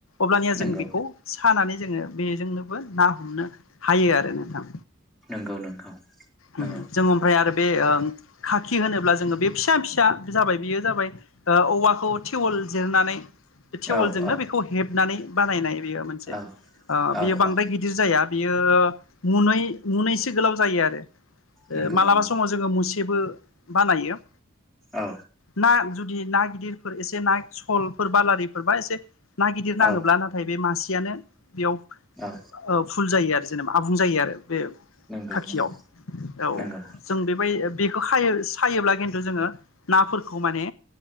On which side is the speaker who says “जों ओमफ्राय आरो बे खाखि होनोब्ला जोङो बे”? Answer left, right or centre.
Left